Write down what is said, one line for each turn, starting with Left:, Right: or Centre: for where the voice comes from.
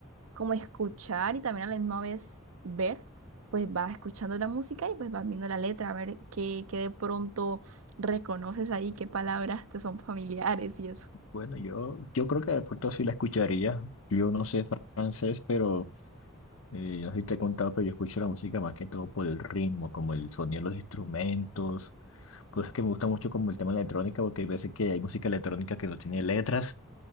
Right: como escuchar y también a la misma vez ver, pues vas escuchando la música y pues vas viendo la letra, a ver qué, qué de pronto reconoces ahí, qué palabras te son familiares y eso.
Left: Bueno, yo, yo creo que de pronto sí la escucharía. Yo no sé francés, pero eh, no sé si te he contado, pero yo escucho la música más que todo por el ritmo, como el sonido de los instrumentos. Pues es que me gusta mucho como el tema de la electrónica, porque hay veces que hay música electrónica que no tiene letras,